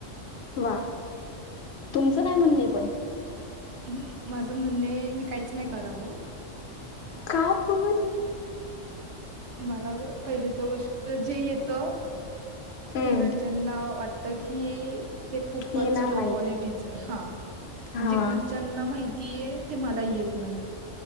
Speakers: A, on the left; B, on the right.
A: वा, तुमचं काय म्हणणय पण?
B: हम्म, माझं म्हणणे, मी काहीच नाही करावं.
A: का पण?
B: मला पहिली तर गोष्ट जे येत,
A: हम्म
B: ते घरच्यांना वाट त की, हे खूपच
A: येणार
B: लो
A: नाही
B: क्वालिटीच आहे हा.
A: हा
B: आणि जे घरच्यांना माहितीय, ते मला येत नाही.